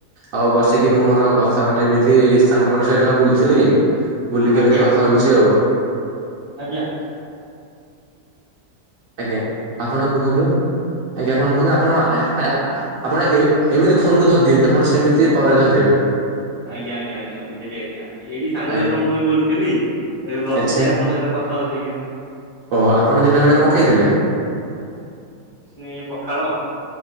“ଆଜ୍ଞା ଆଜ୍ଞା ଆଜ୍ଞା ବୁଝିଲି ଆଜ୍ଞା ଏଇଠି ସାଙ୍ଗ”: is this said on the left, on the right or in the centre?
Left